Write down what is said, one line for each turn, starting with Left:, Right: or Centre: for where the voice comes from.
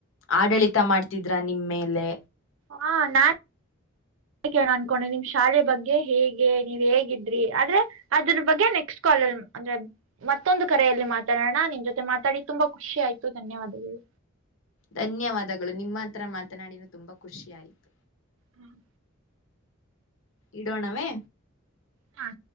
Left: ಆಡಳಿತ ಮಾಡ್ತಿದ್ರ ನಿಮ ಮೇಲೆ
Right: ಹಾ ನಾನ್ ಅಕ್ಕೆೇ ಅನ್ಕೊಂಡ ನಿಮ್ ಶಾಲೆ ಬಗ್ಗೆ ಹೇಗೆ ನೀವ್ ಹೇಗಿದ್ರಿ ಆದ್ರೆ ಅದ್ರ ಬಗ್ಗೆ ನೆಕ್ಸ್ಟ್ ಕಲ್ ಅಲ್ ಅಂದ್ರೆ ಮತ್ತೊಂದು ಕರೆಯಲ್ಲಿ ಮಾತಾಡೋಣ ನಿನ್ ಜೊತೆ ಮಾತಾಡಿ ತುಂಬಾ ಖುಷಿ ಆಯ್ತು ಧನ್ಯವಾದಗಳು
Left: ಧನ್ಯವಾದಗಳು ನಿಮ್ಮ ಹತ್ರ ಮಾತನಾಡಿದ ತುಂಬಾ ಖುಷಿಯ ಆಯಿತು.
Right: ಹ್ಮ್
Left: ಇಡೋಣವೇ
Right: ಹಾ